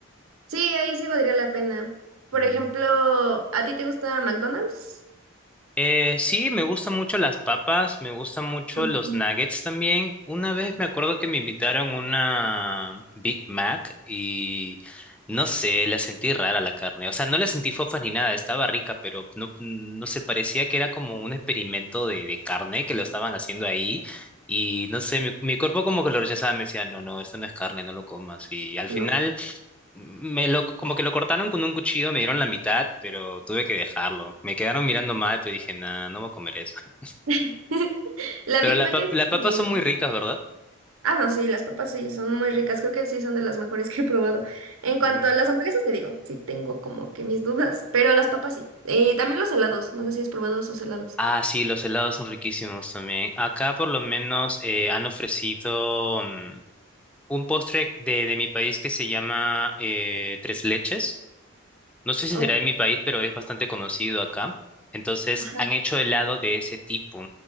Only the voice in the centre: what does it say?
Mm.
Eh, sí, me gustan mucho las papas, me gustan mucho
los nuggets también. Una vez me acuerdo que me invitaron una Big Mac y no sé, la sentí rara la carne. O sea, no la sentí fofa ni nada, estaba rica, pero no, no sé, parecía que era como un experimento de, de carne que lo estaban haciendo ahí. Y no sé, mi, mi cuerpo como que lo rechazaba, me decía, no, no, esto no es carne, no lo comas. Y al
final... Me lo, como que lo cortaron con un cuchillo, me dieron la mitad, pero tuve que dejarlo. Me quedaron mirando mal, pero dije, nah, no voy a comer eso. <laughs>
Pero
las
pap-
las papas
son muy ricas, ¿verdad?
Mm.
Ah, sí, los helados son riquísimos también. Acá por lo menos eh, han ofrecido mm, un postre de, de mi país que se llama eh, tres leches. No sé si
será de mi país, pero es bastante conocido acá. Entonces,
han hecho helado de ese tipo.